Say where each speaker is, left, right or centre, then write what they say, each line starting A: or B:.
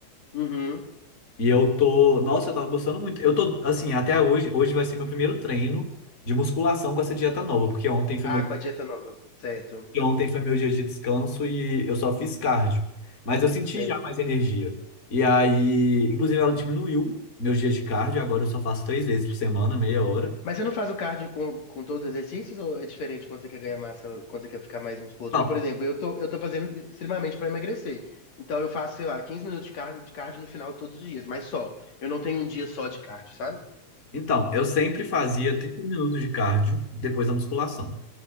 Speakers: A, on the left (about 65°); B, on the left (about 25°).
A: Uhum.
B: E eu tô, nossa, eu tava gostando muito. Eu tô, assim, até hoje, hoje vai ser meu primeiro treino de musculação com essa dieta nova, porque ontem foi meu,
A: Ah, com a dieta nova. Certo.
B: e ontem foi meu dia de descanso e eu só fiz cardio. Mas eu senti
A: Certo.
B: já mais energia. E aí, inclusive ela diminuiu meus dias de cardio, agora eu só faço três vezes por semana, meia hora.
A: Mas você não faz o cardio com, com todos os exercícios ou é diferente quando você quer ganhar massa, quando você quer ficar mais musculoso?
B: Então,
A: Porque, por exemplo, eu tô, eu tô fazendo extremamente para emagrecer. Então eu faço, sei lá, 15 minutos de cardio, de cardio no final todos os dias, mas só. Eu não tenho um dia só de cardio, sabe?
B: então, eu sempre fazia 30 minutos de cardio depois da musculação.